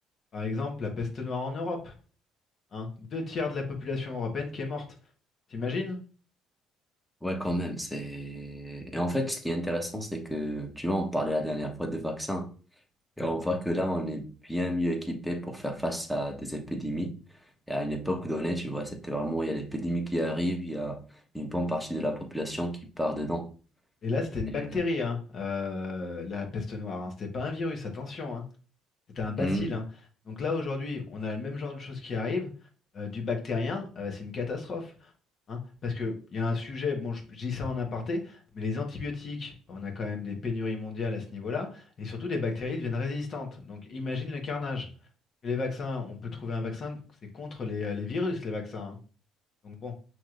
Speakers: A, on the left; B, in the centre.
A: Par exemple, la peste noire en Europe. hein. Deux tiers de la population européenne qui est morte. T'imagines?
B: Ouais, quand même, c'est... Et en fait, ce qui est intéressant, c'est que, tu vois, on parlait la dernière fois de vaccins. Et on voit que là, on est bien mieux équipé pour faire face à des épidémies. Et à une époque donnée, tu vois, c'était vraiment, il y a l'épidémie qui arrive, il y a une bonne partie de la population qui part dedans.
A: Et là, c'était une
B: Et,
A: bactérie,
B: euh,
A: hein, euh, la peste noire. hein. C'était pas un virus, attention, hein. C'était un bacille.
B: hum,
A: hein. Donc là, aujourd'hui, on a le même genre de choses qui arrivent. euh, du bactérien, euh, c'est une catastrophe. hein. parce qu'il y a un sujet, bon, je, je dis ça en aparté, mais les antibiotiques, on a quand même des pénuries mondiales à ce niveau-là. Et surtout, les bactéries deviennent résistantes. Donc imagine le carnage. Les vaccins, on peut trouver un vaccin, c'est contre les, euh, les virus, les vaccins. hein. Donc bon,